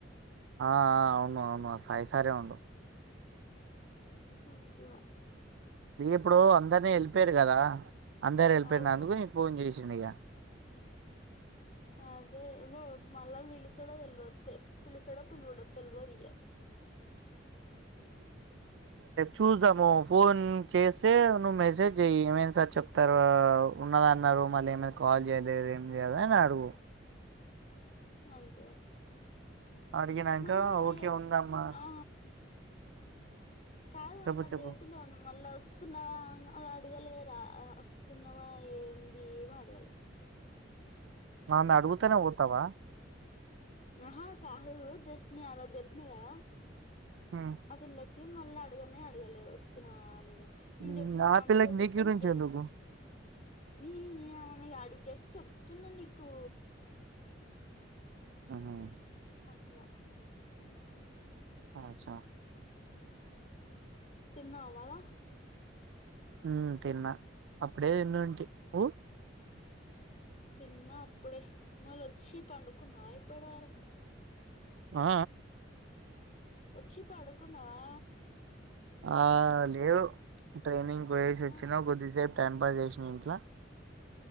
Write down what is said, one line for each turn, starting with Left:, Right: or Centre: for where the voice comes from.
Right: ఆ ఆ అవును అవును సాయి సారే ఉండు
Left: అట్ల
Right: ఇగ ఇప్పుడు అందరినీ ఎళ్ళిపోయారు కదా అందరు ఎళ్ళపోయినందుకు
Left: అవును
Right: నీ ఫోన్ జేషి చిండిగా
Left: అదే వో మళ్ళ విలుస్ డ తెల్వ తె పిలుసడ పిల్వడో తెల్వదయా
Right: చూస్ దాము ఫోన్ చేస్తే నువ్వు మెసేజ్ చెయ్య ఏమైనా సార్ చెప్తారు ఆ ఉన్నద అన్నారు మళ్ళీ ఏమైనా కాల్ చేయలేదు ఏం లేదు అని అడుగు
Left: అంతె
Right: అడిగినాక
Left: మళ్ల్ళదే
Right: ఓకే ఉందమ్మా
Left: ఆ కాదు మళ్ళ
Right: చెప్పు చెప్పు
Left: దేవుపిల్ల ను మళ్ళ ఒస్ వస్తున్నవా అని అడగాలే రా వస్తున్నవా ఏంది ఏమి అడగలే
Right: ఆమె
Left: మాకు
Right: అడుగుతనే
Left: ఆ పిల్ల
Right: పోతావా
Left: ఆహా కాదు జస్ట్ నే ఆ రోజు చెప్పినా కద
Right: ఉమ్.
Left: ఆ పిల్ల కి మళ్ళ అడగనే అడగలేదు వస్తున్నావాలేద నేను
Right: ఉమ్,
Left: చెప్పి నా
Right: ఆ
Left: మండే
Right: పిల్లకి
Left: రోజు
Right: నీ
Left: వస్తా
Right: గురించి
Left: నీకు కలుస్తాను
Right: ఎందుకు
Left: నీ అవ నీ అడ జస్ట్ చెప్తున్నా నీకు
Right: ఆహా
Left: అట్లా హ్మ్
Right: ఆ చ్చా
Left: తిన్నావాలా
Right: హ్మ్ తిన్నా అప్పుడే ఎందుంటి నువ్వు
Left: తిన్న అప్పుడే మలొచ్చి పండుకున్నా ఇప్పటివరకు
Right: ఆ
Left: ఒచ్చి పడుకున్నవా
Right: ఆ లేవు ట్రైనింగ్ పోయసి వచ్చినా
Left: ఆ
Right: కొద్దిసేపు టైం పాస్ చేసిన ఇంట్లో